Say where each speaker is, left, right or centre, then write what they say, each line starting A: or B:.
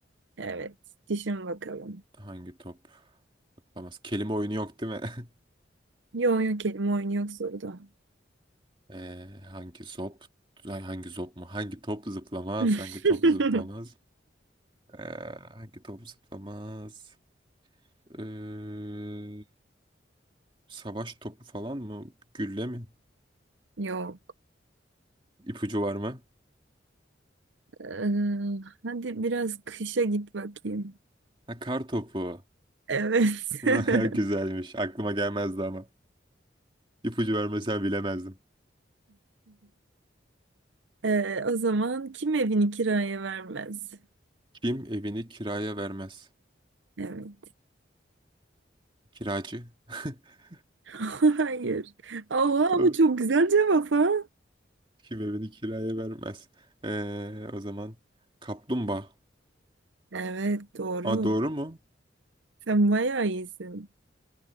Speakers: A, on the right; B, on the right.
A: Evet. Düşün bakalım.
B: Hangi top? Olmaz. Kelime oyunu yok değil mi? <laughs>
A: Yok yok kelime oyunu yok soruda.
B: Ee, hangi zop? Ay, hangi zop mu? Hangi top zıplamaz?
A: <laughs>
B: Hangi top zıplamaz? Ee, hangi top zıplamaz? Ee, savaş topu falan mı? Gülle mi?
A: Yok.
B: İpucu var mı?
A: Ee, hadi biraz kışa git bakayım.
B: Ha, kar topu.
A: Evet.
B: <laughs>
A: <laughs>
B: Güzelmiş. Aklıma gelmezdi ama. İpucu vermesen bilemezdim.
A: Ee, o zaman kim evini kiraya vermez?
B: Kim evini kiraya vermez?
A: Evet.
B: Kiracı. <laughs>
A: <laughs> Hayır. Allah
B: Tamam.
A: ama çok güzel cevap ha.
B: Kim evini kiraya vermez? Ee, o zaman kaplumbağa.
A: Evet doğru.
B: Aa, doğru mu?
A: Sen bayağı iyisin.